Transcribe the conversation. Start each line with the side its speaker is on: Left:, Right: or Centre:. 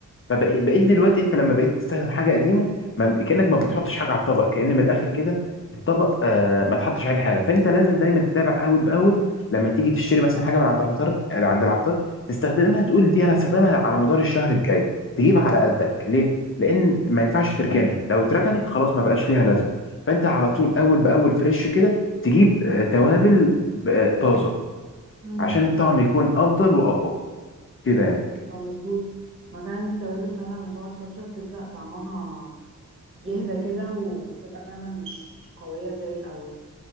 Left: فبقيت دلوقتي انت لما بقيت تستخدم حاجه قديمه ما كانك ما بتحطش حاجه على الطبق كأن من الاخر كده الطبق آه ما تحطش عليه حاجه فانت لازم دايما تتابع اول باول لما تيجي تشتري مثلا حاجه من عند العطار آه، عند العطار تستخدمها تقول دي انا هستخدمها على مدار الشهر الجاي تجيب على قدك ليه لان ما ينفعش تركنها لو اتركنت خلاص ما بقاش ليها لازمه فانت على طول اول باول فريش كده تجيب آه، توابل آه، طازه
Right: امم
Left: عشان الطعم يكون افضل واقوى كده يعني
Right: ايوه مظبوط ما فعلا التوابل فعلا لما تقعد فترة بتبدأ طعمها يهدى كده وتبقى فعلا مش قوية زي الأول